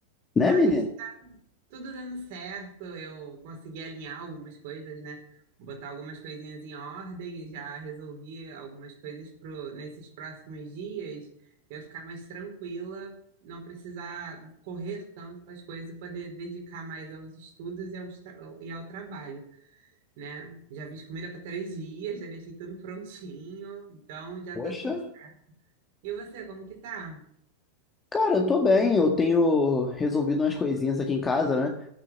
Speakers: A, on the left (about 20°); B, on the right (about 50°).
A: Né,
B: Mas
A: menina?
B: tudo dando certo. Eu consegui alinhar algumas coisas, né? Botar algumas coisinhas em ordem. e Já resolvi algumas coisas pro, nesses próximos dias. Eu ficar mais tranquila, não precisar correr tanto com as coisas e poder dedicar mais aos estudos e, aos tra- e ao trabalho. né? Já fiz comida para três dias, já deixei tudo prontinho, então já
A: Poxa.
B: tá tudo. E você, como que tá?
A: Cara, eu tô bem. Eu tenho resolvido umas coisinhas aqui em casa, né?